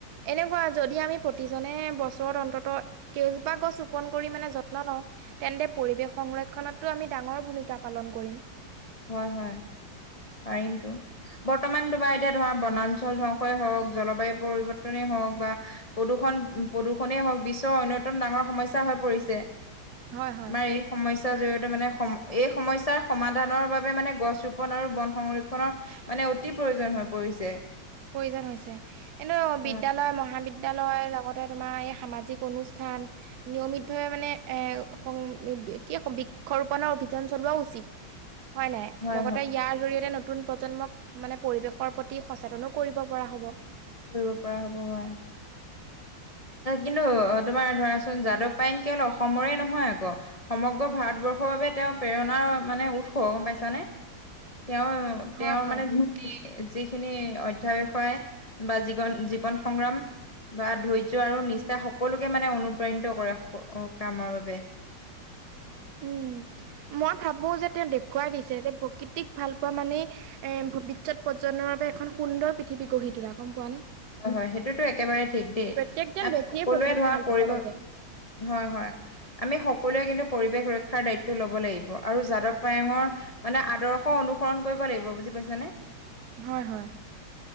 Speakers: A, on the right; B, on the left.
A: এনেকুৱা যদি আমি প্ৰতিজনে বছৰত অন্তত কেইজোপা গছ পন কৰি মানে যত্ন লওঁ তেন্তে পৰিৱেশ সংৰক্ষনতটো আমি ডাঙৰ ভূমিকা পালন কৰিম।
B: হয় হয় পাৰিমতটো। বৰ্তমান তোমাৰ এতিয়া ধৰা বনাঞ্চল ধ্বংসই হওক জলবায়ু পৰিৱৰ্তনে হওক বা প্ৰদূৰষণ প্ৰদূৰষণেই হওক বিশ্বৰ অন্যতম ডাঙৰ সমস্যয়া হৈ পৰিছে।
A: হয় হয়।
B: আমাৰ এই সমস্যাৰ জৰিয়তে মানে সম এই সমস্যাৰ সমাধান ধানৰ বাবে মানে গছ ৰোপন আৰু বন সংৰক্ষণনৰ মানে অতি প্ৰয়োজন হৈ পৰিছে।
A: প্ৰয়োজন হৈছে এনে
B: হয়,
A: বিদ্যালয় মহাবিদ্যয়ালয় লগত তোমাৰ এই সামাজিক অনুষ্ঠান নিয়মিত ভাৱে মানে এ সং কি বৃক্ষৰোপণৰ অভিযান চলোৱা উচিত।
B: <unintelligible>
A: হয় নাই?
B: হয়,
A: লগতে
B: হয়,
A: ইয়াৰ জৰিয়তে নতুন প্ৰজন্মক মানে পৰিৱেশৰ প্ৰতি সচেতন কৰিব পৰা হ'ব।
B: কৰিব পৰা হ'ব হয়। কিন্তু তোমাৰ ধৰাচোন যাদৱ পাইন কেৱল অসমৰে নহয় আক- সমগ্ৰ ভাৰতবৰ্ষৰ বাবে তেওঁ প্ৰেৰণানৰ মানে উৎস গম পাইছানে? তেওঁ
A: হয়
B: তেওঁৰ
A: হয়
B: মানে যিখিনি যিখিনি অধ্যা বিষয় বা জীৱন জীৱন সংগ্ৰাম বা ধৈৰ্য আৰু নিষ্ঠা সকলোকে মানে অনুপ্ৰাণিত কৰে কামৰ বাবে। <inaudible>
A: উম মই ভাবো যে তেওঁ দেখুৱাই দিছে যে প্ৰকৃতিক ভাল পোৱা মানেই এ ভৱিষ্যত পৰজন্নৰ বাবে এখন সুন্দৰ পৃথিৱী গঢ়ি তোলা গম পোৱা নে?
B: হয় হয় সেইটোতো একেবাৰে ঠিক দেই।
A: প্ৰত্যেকজন
B: আমি
A: ব্যক্তিয়ে
B: সকলোৱে
A: প্ৰকৃতিক
B: ধৰা
A: ভাল
B: পৰিব
A: পাব লাগে
B: হয় হয় আমি সকলোৱে কিন্তু পৰিৱেশ ৰক্ষাৰ দায়িত্ব লব লাগিব আৰু যাদৱ পায়ঙৰ
A: হয়
B: মানে আদৰ্শ অনুসৰণ কৰিব লাগিব বুজি পাইছানে?
A: হয় হয়।